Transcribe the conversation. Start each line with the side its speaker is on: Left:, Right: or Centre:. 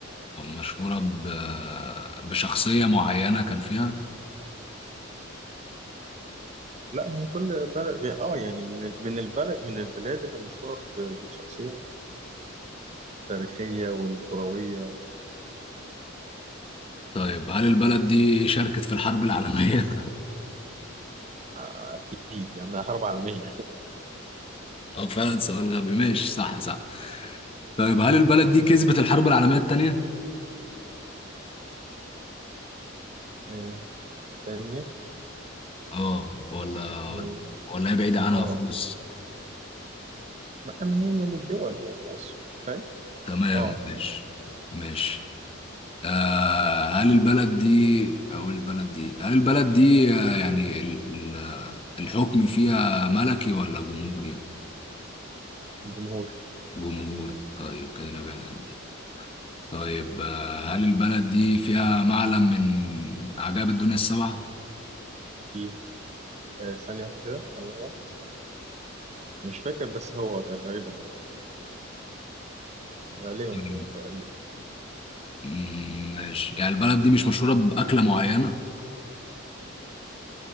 Left: مشهورة ب... بشخصية معينة كان فيها؟
Right: لا ما هي كل بلد اه يعني من من البلد من البلاد اللي مشهوره ب- بالشخصيه التاريخيه والكرويه
Left: طيب هل البلد دي شاركت في الحرب العالمية؟ <laughs>
Right: آه، اكيد يعني حرب عالميه
Left: أو فعلا سؤال غبي ماشي صح صح طيب هل البلد دي كسبت الحرب العالمية التانية؟
Right: آه، ثانيه
Left: اه ولا
Right: اه
Left: ولا هي بعيدة عنها
Right: آه.
Left: خالص
Right: ما ما هي من الدول يعني مصر فاهم
Left: تمام
Right: اه
Left: ماشي ماشي آه هل البلد دي او البلد دي هل البلد دي آه يعني ال- ال- الحكم فيها ملكي ولا جمهوري
Right: الجمهور
Left: جمهوري طيب كده نبعد عن دي طيب آه هل البلد دي فيها معلم من عجائب الدنيا السبعة
Right: في آه ثانية واحدة كده ثانية واحدة مش فاكر بس هو ده غالبا اه غالبا
Left: طيب،
Right: هو تقريبا
Left: مم، ماشي يعني البلد دي مش مشهورة بأكلة معينة